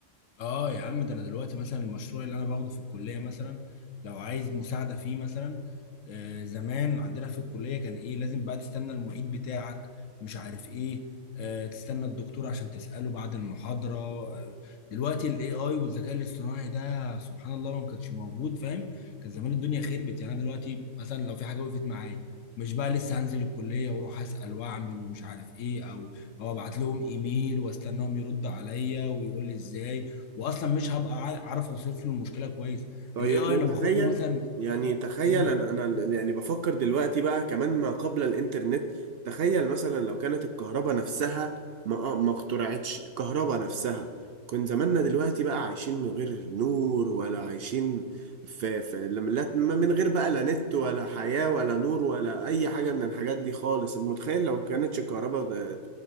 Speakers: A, on the left (about 75°); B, on the right (about 60°).
A: اه يا عم ده انا دلوقتي مثلا المشروع اللي انا باخده في الكليه مثلا لو عايز مساعده فيه مثلا آه زمان عندنا في الكليه كان ايه لازم بقى تستنى المعيد بتاعك مش عارف ايه آه تستنى الدكتور عشان تساله بعد المحاضره آه دلوقتي الاي اي والذكاء الاصطناعي ده سبحان الله لو ما كانش موجود فاهم كان زمان الدنيا خربت يعني انا دلوقتي مثلا لو في حاجه وقفت معايا مش بقى لسه هنزل الكليه واروح اسال واعمل ومش عارف ايه او او ابعت لهم ايميل واستناهم يرد عليا ويقول لي ازاي واصلا مش هبقى عا- عارف اوصف له المشكله كويس
B: طيب
A: الاي اي
B: وتخيل
A: انا باخد له مثلا
B: يعني تخيل
A: مم.
B: انا انا يعني بفكر دلوقتي بقى كمان ما قبل الانترنت تخيل مثلا لو كانت الكهرباء نفسها ما آه، ما اخترعتش الكهرباء نفسها كان زماننا دلوقتي بقى عايشين من غير نور ولا عايشين في في لم- لا- من غير بقى لا نت ولا حياة ولا نور ولا اي حاجة من الحاجات دي خالص انت متخيل لو كانتش الكهرباء ده-